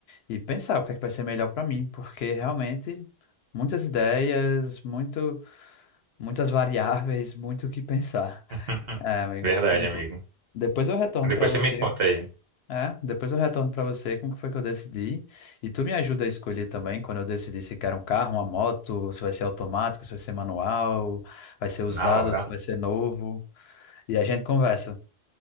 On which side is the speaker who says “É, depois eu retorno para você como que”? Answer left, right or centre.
Left